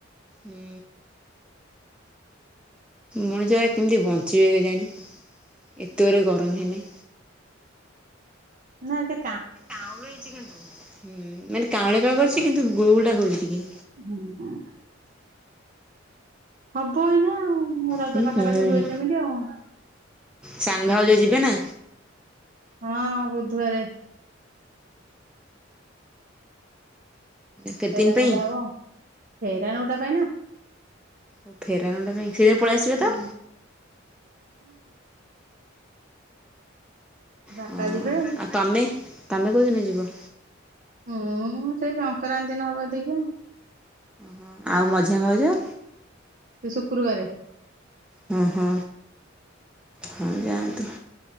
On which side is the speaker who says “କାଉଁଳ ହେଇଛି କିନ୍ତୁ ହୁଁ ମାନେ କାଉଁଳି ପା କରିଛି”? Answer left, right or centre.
Centre